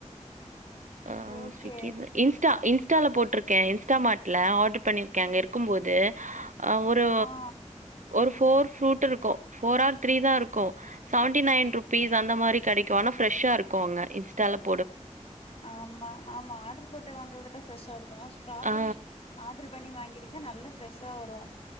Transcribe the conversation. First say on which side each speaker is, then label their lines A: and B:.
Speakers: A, on the right; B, on the left.
A: ஆஹ்
B: ஓகே
A: சுவிக்கில இன்ஸ்டா இன்ஸ் இன்ஸ்டால போட்டிருக்கே இன்ஸ்டா மார்ட்ல ஆர்டர் பண்ணிருக்கே அங்க இருக்கும் போது அ ஒரு
B: ஆ
A: ஒரு ஃபோர் ஃரூட் இருக் கு ஃபோர் ஆர் த்ரீ தா இருக்கோ சவண்டி நைன் ருபீஸ் அந்த மாரி கெடைக்கொ ஆனா பிரெஷ்ஷா இருக்கோ அங்க இன்ஸ்டாலப்
B: ஆமா ஆமா ஆடர் போட்டு வாங்கறதுல ஃப்ரெஷ்ஷா இருக் ப்ப ஸ்டாபெரி
A: ஆ
B: ஆட் ஆட்ரு பண்ணி வாங்கியிருக்க நல்லா ஃப்ரெஷ்ஷா வரு